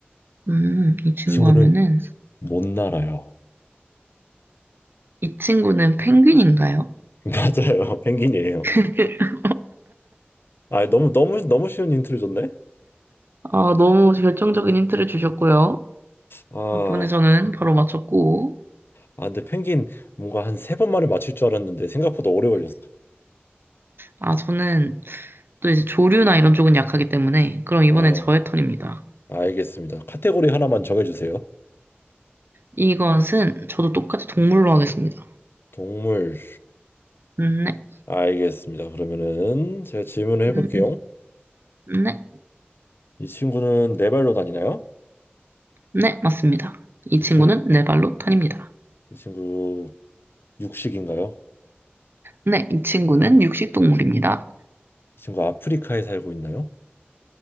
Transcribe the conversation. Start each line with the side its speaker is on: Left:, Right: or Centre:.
Right: 음, 이 친구
Left: 이 친구는
Right: 하면은
Left: 못 날아요.
Right: 이 친구는 펭귄인가요?
Left: <laughs> 맞아요, 펭귄이에요.
Right: <laughs>
Left: 아, 너무 너무 너무 쉬운 힌트를 줬네.
Right: 아, 너무 결정적인 힌트를 주셨고요.
Left: 아,
Right: 덕분에 저는 바로 맞췄고,
Left: 아 근데 펭귄 뭔가 한 세 번만에 맞출 줄 알았는데 생각보다 오래 걸렸어.
Right: 아, 저는 또 이제 조류나 이런 쪽은 약하기 때문에, 그럼 이번엔
Left: 아,
Right: 저의 턴입니다.
Left: 알겠습니다. 카테고리 하나만 정해주세요.
Right: 이것은 저도 똑같이 동물로 하겠습니다.
Left: 동물.
Right: 음, 네.
Left: 알겠습니다. 그러면은 제가 질문을 해볼게요.
Right: 음, 음, 네.
Left: 이 친구는 네 발로 다니나요?
Right: 네, 맞습니다. 이
Left: 이
Right: 친구는
Left: 친구,
Right: 네 발로 탄입니다.
Left: 이 친구 육식인가요?
Right: 네, 이 친구는 육식동물입니다.
Left: 이 친구 아프리카에 살고 있나요?